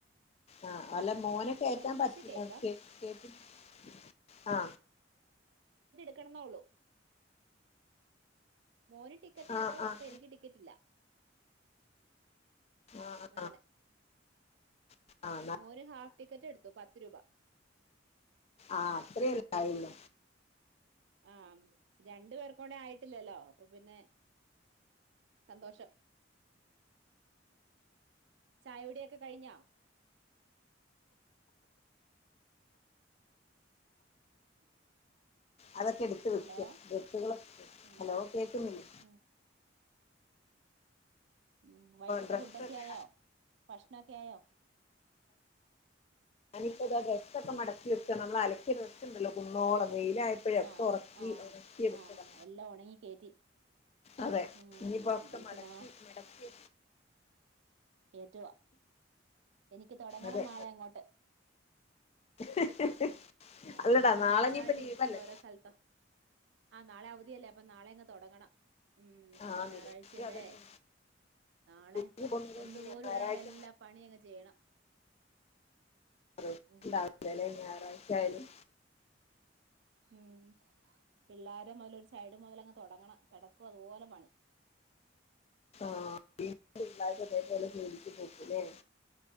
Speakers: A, on the left; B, on the right.
A: ആഹ് അല്ല മോനെ കേറ്റാൻ
B: കുറച്ച്
A: പറ്റി
B: കേക്കാം
A: <inaudible> ആ
B: കടന്നോളൂ മോന് ടിക്കറ്റ് എടുത്തു
A: ആഹ് ആഹ്
B: അപ്പൊ എനിക്ക് ടിക്കറ്റ് ഇല്ല
A: ആഹ്
B: അങ്ങനെ
A: ആഹ്
B: മോന് ഹാഫ് ടിക്കറ്റ് എടുത്തു പത്ത് രൂപ
A: ആ അത്രല്ലായില്ല
B: ആ രണ്ടു പേർക്കൂടെ ആയിട്ടില്ലല്ലോ അപ്പൊ പിന്നെ സന്തോഷം ചായോടിക്കെ കഴിഞ്ഞാ <unintelligible>
A: അതൊക്കെ എടുത്ത് വെക്ക
B: ഹലോ
A: ബൊക്കെ
B: ഉം
A: ഹലോ കേക്ന്നില്ലേ
B: ഉം ഉ വൈകിട്ടത്തെ
A: ഡ്രസ്സൊക്കെ
B: ഫുഡൊക്കെ ആയോ ഭക്ഷണക്കെ ആയോ
A: ഞനിപ്പോതാ ഡ്രസ്സ് ഒക്കെ മടക്കി വെക്കാ നമ്മള് അലക്കിയ ഡ്രസ്സ്‌ ഇണ്ടല്ലോ കുന്നോളം വെയിലായപ്പോഴേ ഒക്കെ
B: ആഹ്
A: ഉറക്കി
B: ആഹ്
A: ഉണക്കി എടുത്തതാ
B: ആഹ് എല്ലാ ഉണങ്ങി കേറ്റി
A: അതെ
B: ഉം
A: ഇനിപ്പോക്കെ
B: എനിക്ക്
A: മടക്കി
B: നാ
A: മടക്കി
B: കേറ്റുവാ എനിക്ക് തൊടങ്ങണം
A: അതെ
B: നാളെ അങ്ങോട്ട്
A: <inaudible>
B: നറച്ച്
A: അല്ലടാ
B: നിറച്ചായിട്ട്
A: നാളെ ഇനിയിപ്പോ ലീവല്ലേ
B: ഇരിപ്പണ്ടോ ഓരോ സ്ഥലത്ത് ആഹ് നാളെ അവധിയല്ലേ അപ്പൊ നാളെ അങ്ങ് തെടങ്ങണം ഉം
A: ആ
B: നാളെ ഞായറാഴ്ചയല്ലേ
A: നിനക്ക് അതന്നെ
B: നാളെ
A: നീ പോകുന്നതുകൊണ്ട്
B: ഒന്നു പോലും
A: ഞായറാഴ്ച
B: ഇടാണ്ട എല്ലാ പണിയങ്ങ് ചെയ്യണം
A: <unintelligible>
B: ഉം
A: ഞായറാഴ്ചയാലും
B: ഉം പിള്ളരെ മുതൽ ഒരു സൈഡ് മുതലങ്ങ് തുടങ്ങണം കിടക്കോ അതുപോലെ പണി
A: <unintelligible> ജോലിക്ക് പോക്കല്ലേ